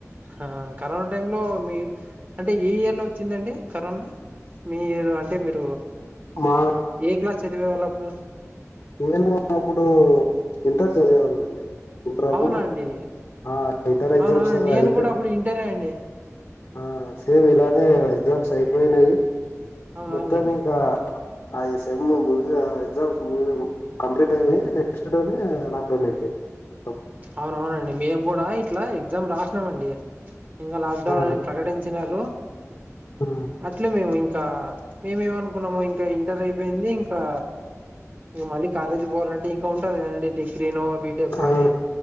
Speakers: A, on the right; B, on the left.
A: ఆ కరోనా టైంలో మీ అంటే ఏ ఇయర్ లో వచ్చిందండి కరోనా. మీరు అంటే మీరు
B: మా
A: ఏ క్లాస్ చదివేవాళ్ళప్పుడు
B: నేను అప్పుడు ఇంటర్ చదివేవాళ్ళమండి ఇంటర్ అప్పుడు
A: అవునా అండి
B: ఆ ఇంటర్ ఎగ్జామ్స్
A: అవునవునండి నేను
B: అయితే
A: కూడా అప్పుడు ఇంటరే అండి
B: హా సేమ్ ఇలానే ఎగ్జామ్స్ అయి పోయినాయి
A: అవునవునులేండి
B: మొత్తం ఇంకా ఆయ సెమ్ము ఎగ్జామ్స్ కంప్లీట్ అయినయి నెక్స్ట్ డేనే లాక్ డౌన్ అయిపోయింది. మొత్తం
A: అవునఅవునండి మేము కూడా ఇట్లా ఎగ్జామ్ రాసినామండి. ఇంక లాక్ డౌన్
B: ఆ
A: అని ప్రకటించినరు.
B: ఆ
A: అట్లే మేము ఇంక్ ఇంకా మేమేమనుకున్నాము ఇంకా ఇంటర్ అయిపోయింది ఇంకా ఇం మళ్ళీ కాలేజీ కీ పోవాలంటే ఇంకా ఉంటది కదండి డిగ్రీనో బీటెక్కొ
B: ఆ
A: అని